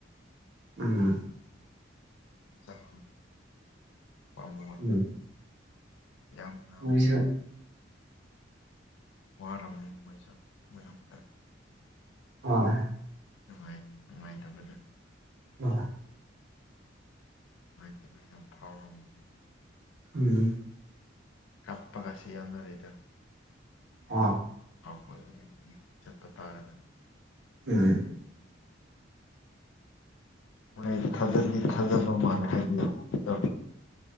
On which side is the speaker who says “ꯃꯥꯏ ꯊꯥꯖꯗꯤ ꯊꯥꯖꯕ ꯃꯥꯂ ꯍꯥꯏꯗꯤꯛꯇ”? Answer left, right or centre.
Left